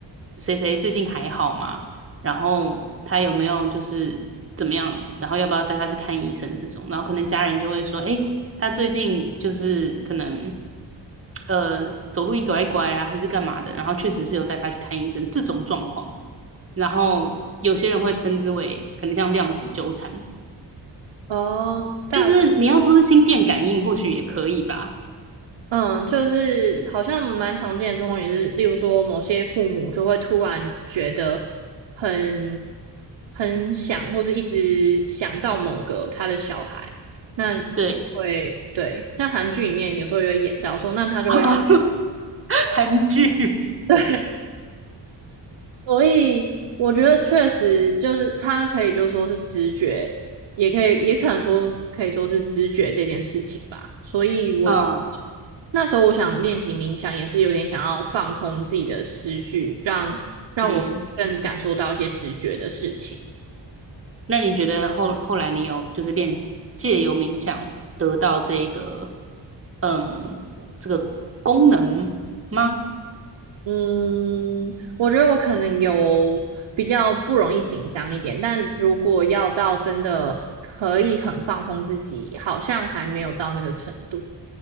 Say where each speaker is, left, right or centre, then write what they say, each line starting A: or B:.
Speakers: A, on the right; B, on the right.
A: 谁谁最近还好吗？然后他有没有就是怎么样？然后要不要带他去看医生这种？然后可能家人就会说，哎，他最近就是可能呃走路一拐一拐啊，还是干嘛的？然后确实是有带他去看医生这种状况。然后有些人会称之为可能像量子纠缠，
B: 哦，大
A: 就是你要说是心电感应，或许也可以吧。
B: 嗯，就是好像蛮常见的状况也是，例如说某些父母就会突然觉得很很想，或是一直想到某个他的小孩，那就会对，
A: 对，
B: 像韩剧里面有时候也会演到说，那他就会
A: <laughs> 啊，韩剧
B: <laughs> 对，所以我觉得确实就是他可以就说是直觉，也可以也可能说可以说是直觉这件事情吧。所以我觉
A: <laughs>，嗯
B: 那时候我想练习冥想，也是有点想要放空自己的思绪，让让我更感受到一些直觉的事情。
A: 嗯，那你觉得后后来你有就是练习借由冥想得到这个嗯这个功能吗？
B: 嗯，我觉得我可能有比较不容易紧张一点，但如果要到真的可以很放空自己，好像还没有到那个程度。